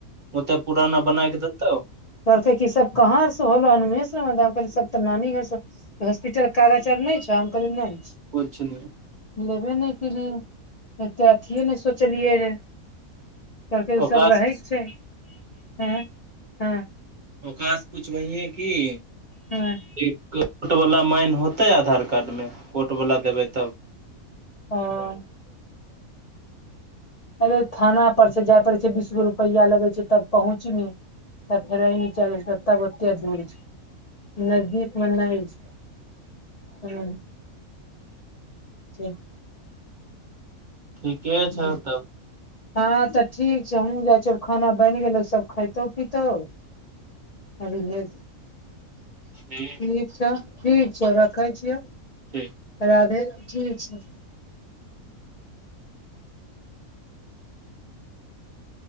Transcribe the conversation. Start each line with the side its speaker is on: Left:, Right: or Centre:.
Right: ओते पुराना बना के देतौ
Left: कहल कै की सब कह से होला हेन ओहे कह सब तऽ नानी गांव से हॉस्पिटल कऽ कागज़ नाए छै हम कहलिए नै छै
Right: कुछ नै
Left: लेबे नहि केलिए <inaudible> एते अथीए नहि सोचलियै रे कहलकै उसभ
Right: ओकरा सुनही
Left: रहैके चाहि <inaudible>
Right: ओकरा से पूछबयह है की <inaudible>
Left: हँ
Right: कोर्ट बाला माइन होतै आधार कार्ड में कोर्ट बाला देबै तब
Left: <unintelligible> अरे थाना पर से जाय पड़ै छै बीस गो रुपैआ लगै छै तब पहुँच बि पंथरेनी चले तब अते दूर छै नजदीक में नहि छै <unintelligible>
Right: ठीके
Left: <unintelligible>
Right: छौ तब
Left: हाँ तऽ ठीक छै हमहु जाई छियौ खाना बन गेलो सब खइतो पितो <unintelligible>
Right: <unintelligible>
Left: ठीक छ ठीक छौ रखै छियौ
Right: ठीक
Left: राधे ठीक छै